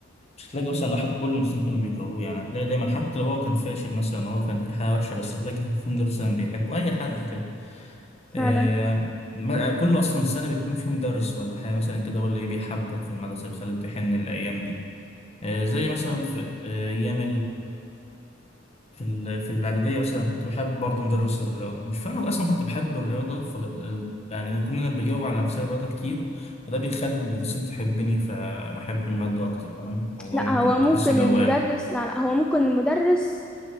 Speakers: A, on the left; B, in the centre.
A: مش هتلاقي مثلا واحد كل المدرسين كانوا بيكرهوه يعني هتلاقي دايما حتى لو هو كان فاشل مثلا هو كان في حاجه وحشه بس هتلاقي في مدرس مثلا بيحبه اي حد كده
B: فعلا
A: آه، يعني ما- يعني كل اصلا سنه بيكون في مدرس ولا حاجه مثلا كده هو اللي إيه بيحببك في المدرسه بيخليك تحن الايام دي آه، زي مثلا في آه، ايام في ال- في الاعداديه اصلا كنت بحب برضه مدرس الرياضه مش فاهم أنا اصلا كنت بحب الرياضه ف... يعني أنا كنا بجاوب على مسائل الرياضه كتير فده بيخلي المدرسين تحبني فبحب الماده اكتر فاهم الموضوع
B: لا
A: ممكن
B: هو ممكن
A: تحس دوامي
B: المدرس لا لا هو ممكن المدرس